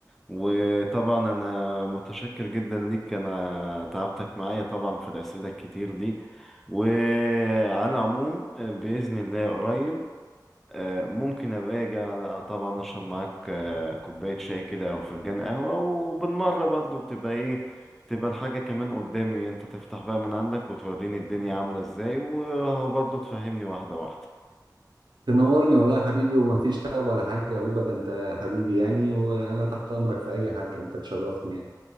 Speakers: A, in the centre; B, on the right.
A: وطبعا انا متشكر جدا ليك انا تعبتك معايا طبعا في الاسئلة الكتير دي وعلى العموم بإذن الله قريب آه، ممكن ابقى اجي طبعا اشرب معاك آه، كوباية شاي كده او فنجان قهوة وبالمرة برضو تبقى ايه تبقى الحاجة كمان قدامي انت تفتح بقى من عندك وتوريني الدنيا عاملة ازاي وبرضه تفهمني واحدة واحدة
B: تنورني والله يا حبيبي وما فيش تعب ولا حاجة هو ده انت حبيبي يعني وانا تحت امرك في اي حاجة انت تشرفني يعني